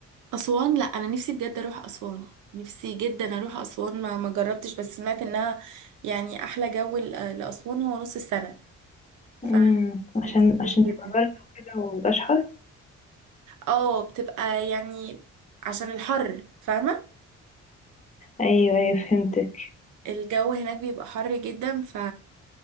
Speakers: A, on the right (about 80°); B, on the left (about 25°).
A: اسوان لا انا نفسي بجد اروح اسوان نفسي جدا اروح اسوان ما ما جربتش بس سمعت انها يعني احلى جو ل- لاسوان هو نص السنة فنفسي
B: امم عشان
A: اروح
B: عشان
A: جدا
B: يبقى برد وكده ومبقاش حر
A: اه بتبقى يعني عشان الحر فاهمة
B: ايوه ايوه فهمتك
A: الجو هناك بيبقى حر جدا ف